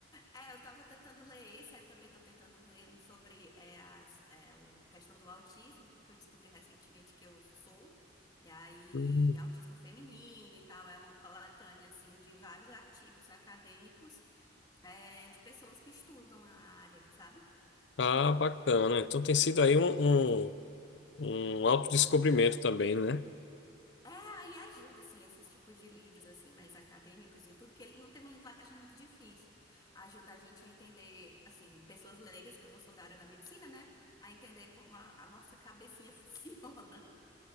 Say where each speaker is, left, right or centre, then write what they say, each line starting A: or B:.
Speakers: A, on the left; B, on the left.
A: É, eu tava tentando ler esse, aí eu também tô tentando ler um sobre é, as, é, o, questão do autismo, porque eu descobri recentemente que eu sou, e aí
B: Hum.
A: autismo feminino e tal, é uma coletânea, assim, de vários artigos acadêmicos é, de pessoas que estudam a área, sabe?
B: Ah, bacana. Então tem sido aí um, um, um autodescobrimento também, né?
A: É, aí ajuda, assim, esses tipos de livros, assim, mais acadêmicos e tudo, que ele não tem uma linguagem muito difícil. Ajuda a gente a entender, assim, pessoas leigas, que eu não sou da área da medicina, né? A entender como a, a nossa cabecinha <laughs> funciona.